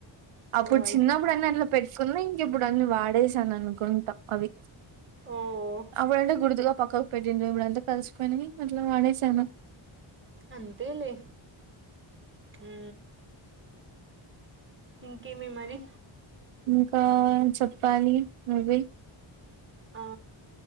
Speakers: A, on the right; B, on the right.
A: అప్పుడు
B: ఓ అయి
A: చిన్నప్పుడు అన్న ఇందులో పెట్టుకున్నయ్ ప్పుుడన్ వా <unintelligible> చేసాననుకుంటా అవి
B: ఓ
A: అప్పుడంటే గుర్తుగా పక్కకు పెట్టిండ్రు ఇప్పుడంతా కలిసిపోయినవి ఇట్లా వాడేసాను
B: అంతే లే ఉ ఇంకేమి మరి
A: ఇంకా చెప్పాలి నువ్వే
B: ఆ